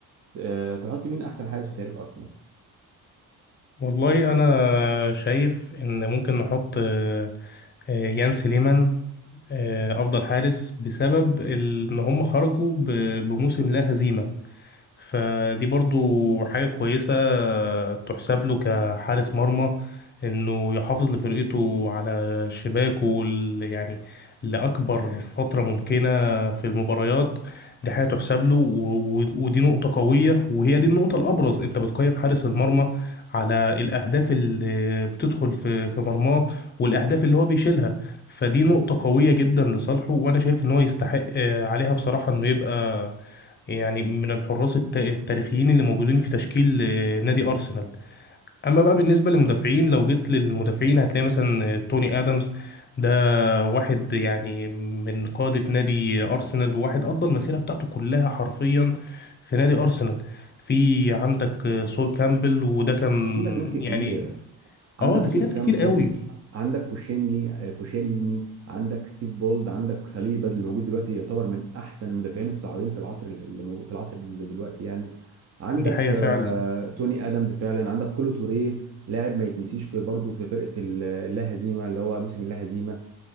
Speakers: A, on the right (about 40°); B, on the left (about 30°).
A: آه، تحط مين احسن حارس في تاريخ ارسنال
B: والله أنا شايف إن ممكن نحط آه، آه، يان سليمان آه، افضل حارس بسبب ان هم خرجوا ب- بموسم لا هزيمه فدي برضو حاجة كويسة تحسب له كحارس مرمى انه يحافظ لفرقته على شباكه ال- يعني لأكبر فترة ممكنة في المباريات دي حاجة تحسب له و- و- ودي نقطة قوية وهي دي النقطة الأبرز أنت بتقيم حارس المرمى على الأهداف اللي بتدخل في في مرماه والأهداف اللي هو بيشيلها فدي نقطة قوية جدا لصالحه وأنا شايف إن هو يستحق آه، عليها بصراحة إنه يبقى يعني من الحراس الت- التاريخيين اللي موجودين في تشكيل آه، نادي أرسنال أما بقى بالنسبة للمدافعين لو جيت للمدافعين هتلاقي مثلا آه، توني آدمز ده واحد يعني من قادة نادي أرسنال وواحد قضى المسيرة بتاعته كلها حرفيا في نادي أرسنال في عندك آه، سول كامبل وده كان
A: عندك ناس كتير
B: يعني
A: عندك
B: اه ده
A: سول
B: في ناس
A: كامبل
B: كتير قوي
A: عندك كوشينلي آه، كوشيلني عندك ستيف بولد عندك صليبا اللي موجود دلوقتي يعتبر من احسن المدافعين الصاعدين في العصر اللي موجود في العصر اللي دلوقتي يعني عندك
B: دي حقيقة
A: آه،
B: فعلا
A: توني ادمز فعلا عندك كولو توريه لاعب ما يتنسيش في برضه في فرقه ال- اللا هزيمه اللي هو موسم اللا هزيمه